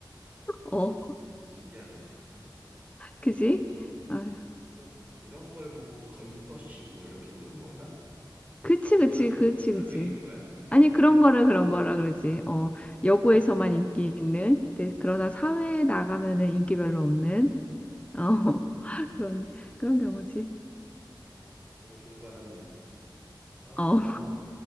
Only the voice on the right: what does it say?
신기하네. <laughs>
그
그럼 그런 걸 보고 걸크러쉬 뭐 이렇게 부르는 건가?
그 정도는
아니고?
아
그게 그거야? 그게
그거야?
어, 어,
어, 어.
음,
음, 음,
음,
그렇구나. 덕분에 좋은 거 알았네. 음. 아, 어,
어,